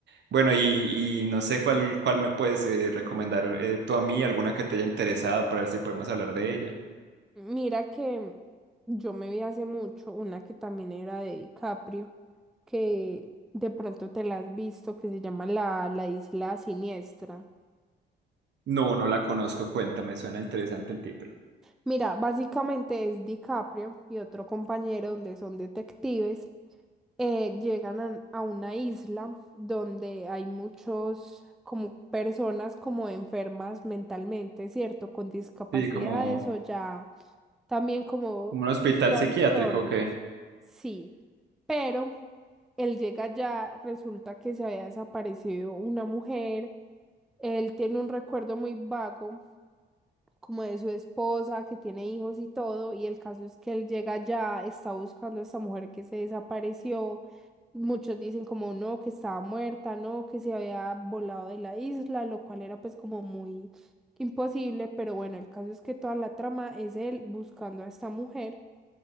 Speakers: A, on the right (about 60°); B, in the centre.
A: Bueno, y, y no sé cuál, cuál me puedes eh, recomendar eh, tú a mí, alguna que te haya interesado para ver si podemos hablar de ella.
B: Mira que yo me vi hace mucho una que también era de DiCaprio, que de pronto te la has visto, que se llama La, la Isla Siniestra.
A: No, no la conozco, cuéntame, suena interesante el título.
B: Mira, básicamente es DiCaprio y otro compañero donde son detectives, eh, llegan a, a una isla donde hay muchos como personas como enfermas mentalmente, ¿cierto? Con discapacidades
A: Sí, como,
B: o ya también como
A: como
B: con
A: un hospital
B: sus trastornos.
A: psiquiátrico, ¿o ¿qué?
B: Sí, pero él llega ya, resulta que se había desaparecido una mujer. Él tiene un recuerdo muy vago como de su esposa, que tiene hijos y todo, y el caso es que él llega allá, está buscando a esta mujer que se desapareció. Muchos dicen como no, que estaba muerta, no, que se había volado de la isla, lo cual era pues como muy imposible, pero bueno, el caso es que toda la trama es él buscando a esta mujer.